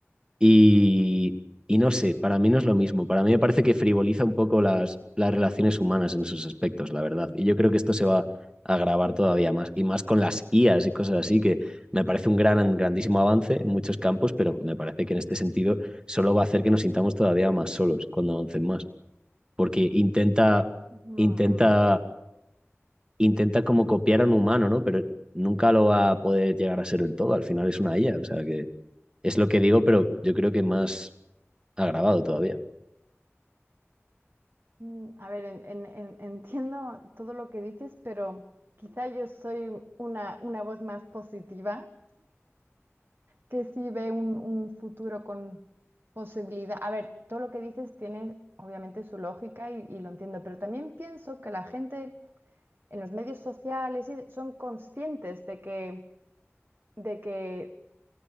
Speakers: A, on the right; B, on the right.
A: Y, y no sé, para mí no es lo mismo. Para mí me parece que frivoliza un poco las, las relaciones humanas en esos aspectos, la verdad. Y yo creo que esto se va a agravar todavía más. Y más con las IAs y cosas así, que me parece un gran, grandísimo avance en muchos campos, pero me parece que en este sentido solo va a hacer que nos sintamos todavía más solos cuando avancen más. Porque intenta,
B: Mm.
A: intenta, intenta como copiar a un humano, ¿no? Pero nunca lo va a poder llegar a ser del todo. Al final es una IA. O sea que es lo que digo, pero yo creo que más ha grabado todavía.
B: Mm, A ver, en- en- en- entiendo todo lo que dices, pero quizá yo soy una, una voz más positiva que sí ve un, un futuro con posibilidad. A ver, todo lo que dices tiene obviamente su lógica y, y lo entiendo, pero también pienso que la gente en los medios sociales y- son conscientes de que, de que,